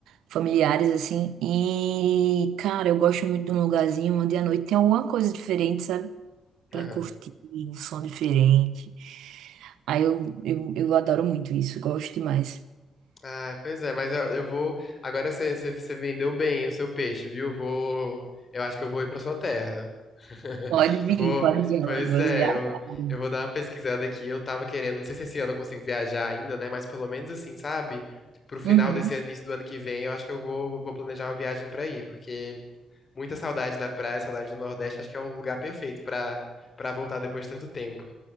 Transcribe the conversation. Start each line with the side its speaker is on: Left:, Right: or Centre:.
Right: Familiares, assim. E, cara, eu gosto muito de um lugarzinho onde à noite tem alguma coisa diferente, sabe? pra
Left: Aham.
Right: curtir um som diferente. Aí eu, eu, eu adoro muito isso, gosto demais.
Left: Ah, pois é, mas eu, eu vou. Agora você, você, você vendeu bem o seu peixe, viu? Eu vou. Eu acho que eu vou ir pra sua terra. <laughs>
Right: Pode vir,
Left: Eu vou.
Right: pode vir,
Left: Pois
Right: meu Deus.
Left: é,
Right: é amado.
Left: eu, eu vou dar uma pesquisada aqui. Eu tava querendo, não sei se esse ano eu consigo viajar ainda, né? Mas pelo menos assim, sabe? Pro final
Right: Uhum.
Left: desse ano, início do ano que vem, eu acho que eu vou, vou planejar uma viagem pra ir, porque muita saudade da praia, saudade do Nordeste, acho que é um lugar perfeito pra, pra voltar depois de tanto tempo.